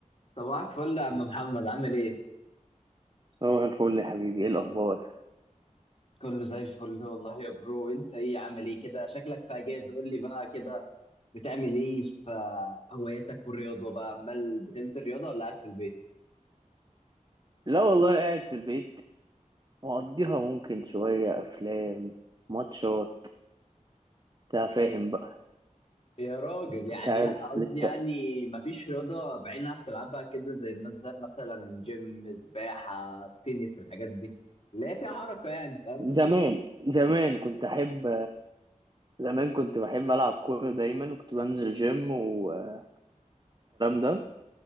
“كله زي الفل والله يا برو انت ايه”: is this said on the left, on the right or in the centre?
Left